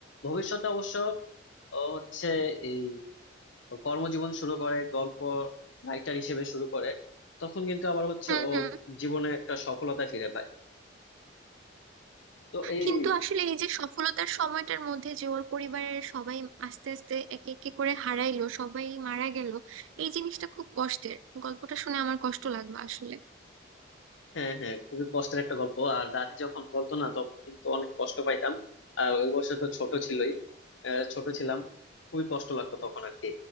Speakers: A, on the left; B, on the right.
A: ভবিষ্যতে অবশ্য ও হচ্ছে এই কর্মজীবন শুরু করে গল্প রাইটার হিসেবে শুরু করে তখন কিন্তু আবার হচ্ছে
B: হুম
A: ও
B: হুম
A: জীবনে একটা সফলতা ফিরে পায় তো এই
B: কিন্তু আসলে এই যে সফলতার সময়টার মধ্যে যে ওর পরিবারের সবাই আস্তে আস্তে একে একে করে হারাইলো সবাই মারা গেল এই জিনিসটা খুব কষ্টের গল্পটা শুনে আমার কষ্ট লাগলো আসলে
A: হ্যাঁ হ্যাঁ খুবই কষ্টের একটা গল্প আর দাদি যখন বলতো না তখন কিন্তু অনেক কষ্ট পাইতাম আর ওই বয়সে তো ছোট ছিলই আহ, ছোট ছিলাম খুবই কষ্ট লাগতো তখন আর কি